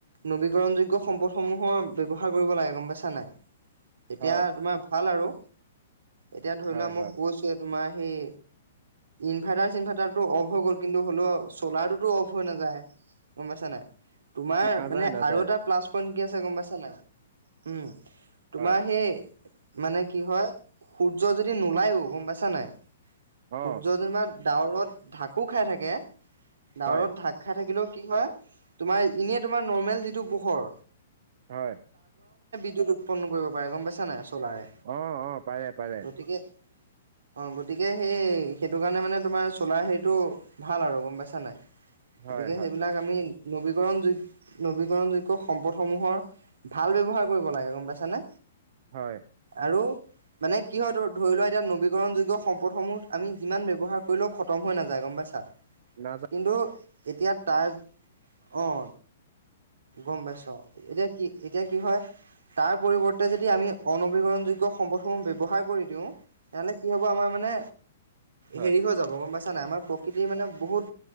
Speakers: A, on the right; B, on the right.
A: নবীকৰণ যোগ্য সম্পদসমূহৰ ব্য্য়ৱহাৰ কৰিব লাগে গম পাইছা নাই। এতিয়া
B: হয়।
A: তোমাৰ ভাল আৰু। এতিয়া ধৰি
B: হয়
A: লোৱা মই
B: হয়
A: কৈছোে তোমাৰ সেই। ইনভাৰ্টাৰ চিনভাৰ্টাৰটো অফ হৈ গ'ল কিন্তু হ'লেও চ'লাৰ টোতো অফ হৈ নাযায়। গম পাইছা নাই তোমাৰ
B: নাযায়
A: মানে
B: নাযায়।
A: আৰু এটা প্লাছ পইন্ট কি আছে গম পাইছা নাই উ। তোমাৰ
B: হয়
A: সেই মানে কি হয় সূৰ্য যদি নোলায়ও গম পাইছা নাই।
B: অ
A: সূৰ্য যেনিবা ডাৱৰত ঢাকো খাই থাকে ডাৱৰত
B: হয়
A: ঢাক খাই থাকিলেও। কি হয় তোমাৰ এনেই তোমাৰ নৰমেল যিটো পোহৰ।
B: হয়
A: উৎন্ন কৰিব পাৰে গম পাইচা নাই। চ'লাৰে
B: অ অ পাৰে পাৰে।
A: গতিকে অ গতিকে সেই সেইটো কাৰণে মানে তোমাৰ চোলা হেৰিতটো ভাল আৰু গম পাইছা নাই।
B: হয়
A: গতিকে
B: হয়
A: সেইবিলাক আমি নবী। নৱীকৰণ যোগ্য সম্পদসমূহৰ ভাল ব্যৱহাৰ কৰিব লাগে গম পাইছানে।
B: হয়
A: আৰু মানে কি হয় ধৰি লোৱা এতিয়া নবীকৰণ যোগ্য সম্পদসমূহ আমি যিমান ব্যৱহাৰ কৰিলেও খতম হৈ নাযায় গম পাইছা।
B: নাযায়
A: কিন্তু এতিয়া তাৰ অঁ। গম পাইছ এতিয়া কি এতিয়া কি হয়। তাৰ পৰিৱৰ্তে যদি আমি অনবীকৰণ যোগ্য সম্পদসমূহ ব্যৱহাৰ কৰি দিওঁ। তেনেহ'লে কি হ'ব আমাৰ মানে
B: হয়
A: হেৰি হৈ যাব গম পাইছা। ন আমাৰ প্ৰকৃতিৰ মানে বহুত